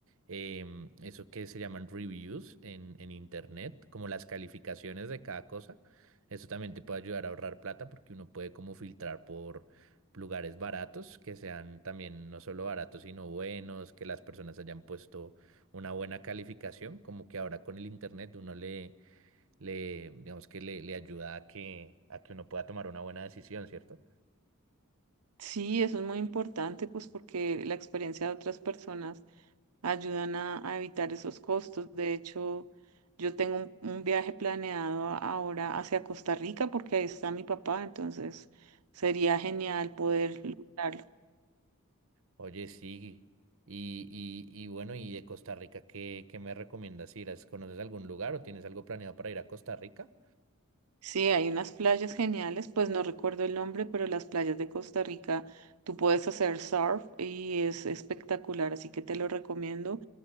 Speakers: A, on the right; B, on the right.
A: em, eso que se llaman reviews en, en internet, como las calificaciones de cada cosa. Eso también te puede ayudar a ahorrar plata porque uno puede como filtrar por lugares baratos, que sean también no solo baratos, sino buenos, que las personas hayan puesto una buena calificación, como que ahora con el internet uno le, le digamos que le, le ayuda a que, a que uno pueda tomar una buena decisión, ¿cierto?
B: Sí, eso es muy importante, pues porque la experiencia de otras personas ayudan a, a evitar esos costos. De hecho, yo tengo un, un viaje planeado ahora hacia Costa Rica porque ahí está mi papá, entonces sería genial poder lograrlo.
A: Oye, sí. Y, y, y bueno, ¿y de Costa Rica qué, qué me recomiendas ir? ¿Has- ¿Conoces algún lugar o tienes algo planeado para ir a Costa Rica?
B: Sí, hay unas playas geniales, pues no recuerdo el nombre, pero las playas de Costa Rica, tú puedes hacer surf y es espectacular, así que te lo recomiendo.